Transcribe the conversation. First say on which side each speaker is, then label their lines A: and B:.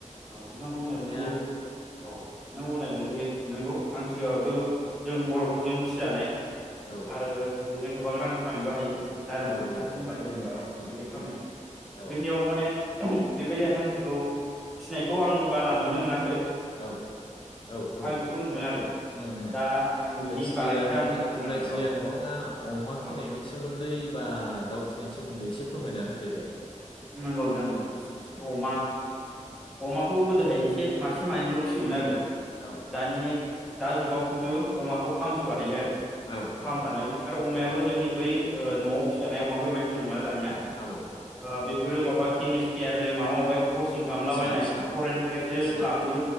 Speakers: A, in the centre; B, on the left.
A: नंगौ नंगौ नों बुंनाय
B: दानिया
A: बायदि औ नों बुंनाय बायदि नोंगौ हांसोआबो जों बर'फोरजों फिजानाय।
B: औ
A: आरो बेजों गोबां रां खामायनोबो हायो। दा नोंथाङासो
B: औ औ
A: बुंबाय
B: थारैनो
A: जेनेबा औ बेबायदि
B: उम
A: खामायनो
B: उम औ
A: जोंनियाव माने
B: औ
A: बेबायदि हांसोखौ फिनायखौ आं बारा नुनो मोना
B: औ औ औ
A: बेखौ नुदों आरो
B: ओं ओं
A: दा आं बिनि
B: जायखिजाया
A: बारैसो
B: नोंथाङा
A: आं बुंगोन
B: जायखिजाया
A: आरो औ
B: नोंथाङा
A: औ
B: अमा
A: औ
B: फिनायनि सोमोन्दै बा दाउ फिनायनि सो सोमोन्दै एसे फोरमायनानै होदो दे।
A: नंगौ नोंथां नंगौ
B: औ
A: अमा अमाखौ गोदोहाय एसे मासे मानैल फिसियोमोन आरो।
B: औ
A: दानि दा जुगाव खिन्थु अमाखौ फार्मसो बानायो आरो
B: औ
A: फाम
B: औ
A: बानायो आरो अमाया बो जोंनि बै ओ नयाव फि जानाय अमाफोर बायदि नंला। दानिया ओ
B: औ
A: बिब्दि बेफोरो माबा केमिसफपियारनो माबा माबा कस खालामलाबायनाय
B: आदसा आदसा
A: फरनिफ्रायसो
B: आदसा
A: लाबोनाय